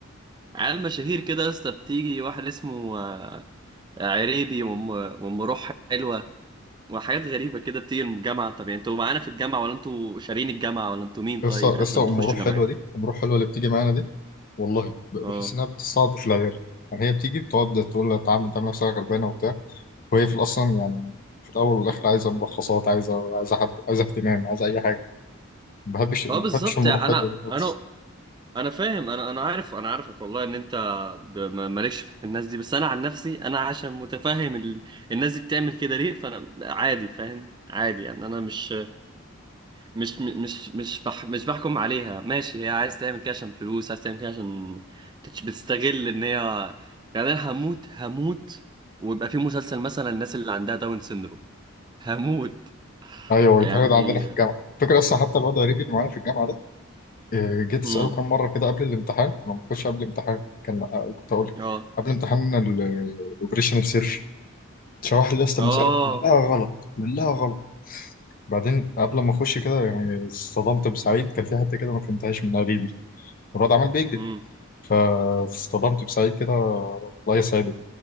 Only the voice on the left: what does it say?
لسه لسه
أم
روح حلوة
دي أم روح حلوة اللي بتيجي معانا دي والله ب- بحس
انها بتستعطف العيال يعني هي بتيجي بتقعد تقول لها تعالى تعمل نفسها غلبانه وبتاع وهي في الاصلا يعني في الاول والاخر عايزه ملخصات عايزه عايزه حد عايزه اهتمام عايزه اي حاجه ما بحبش ما
بحبش المروح
حلوه دي خالص
ايوه
بيتعرض عندنا في الجامعه فكرة اصلا حتى الواد غريبي اللي معانا في الجامعه ده آه، جيت اساله
كام مره كده قبل الامتحان كنا بنخش قبل الامتحان كان آه، كنت اقول لك
قبل امتحان الاوبريشنال سيرش شرح لي يا اسطى
المساله كلها غلط كلها غلط بعدين قبل ما اخش كده يعني اصطدمت بسعيد كان في حته كده ما فهمتهاش من قريبي مراد عمال بيكذب
فاصطدمت بسعيد كده الله يسعده